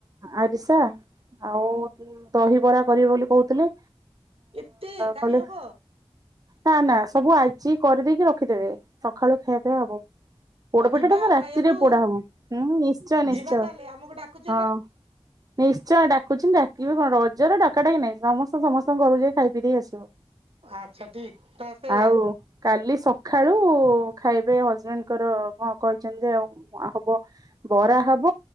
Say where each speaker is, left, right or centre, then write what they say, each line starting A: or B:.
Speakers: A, on the right; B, on the right.
A: ଆରିସା ଆଉ ଦହିବରା କରିବେ ବୋଲି କହୁଥିଲେ।
B: ଏତେ କାଲି
A: କଲେ।
B: ହବ?
A: ନା ନା ସବୁ ଆଜି କରିଦେଇକି ରଖିଦେବେ, ସଖାଳୁ ଖିଆ ପିଆ ହବ। ପୋଡପିଠା
B: ହଉ ଯିବା
A: ଟା ତ
B: ଆଉ
A: ରାତିରେ
B: ଖାଇବାକୁ
A: ପୋଡା ହବ। ହୁଁ, ନିଶ୍ଚୟ ନିଶ୍ଚୟ।
B: ଯିବା ତାହେଲେ ଆମକୁ ଡାକୁଚି
A: ହଁ। ନିଶ୍ଚୟ ଡାକୁଚନ୍ତି ଡାକିବେ କଣ ରଜରେ ଡକା ଡକି ନାହିଁ ସମସ୍ତେ ସମସ୍ତଙ୍କୁ ଘରକୁ ଯାଇ ଖାଇ ପିଇ ଦେଇ ଆସୁ।
B: ଆଚ୍ଛା ଠିକ ତ ସେଇଆ
A: ଆଉ କାଲି ସଖାଳୁ ଖାଇବେ ହଜବେଣ୍ଡଙ୍କର ହଁ କହିଛନ୍ତି ଯେ ଆଉ ହବ ବରା ହବ,